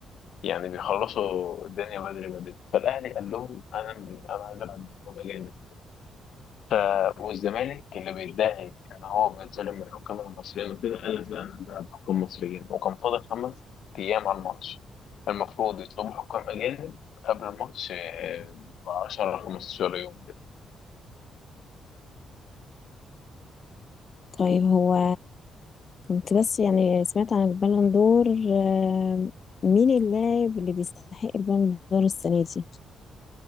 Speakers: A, on the left; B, on the left.
A: يعني بيخلصوا الدنيا بدري بدري فالأهلي قال لهم أنا أنا عايز ألعب بطولة جامد ف... والزمالك اللي بيدعي ان هو بيتظلم من الحكام المصريين وكده قال لك لا انا بلعب حكام مصريين وكان فاضل خمس ايام على الماتش المفروض يطلبوا حكام اجانب قبل الماتش ب 10 15 يوم كده.
B: طيب هو كنت بس يعني سمعت عن البالون دور آه، مين اللاعب اللي بيستحق البالون دور السنه دي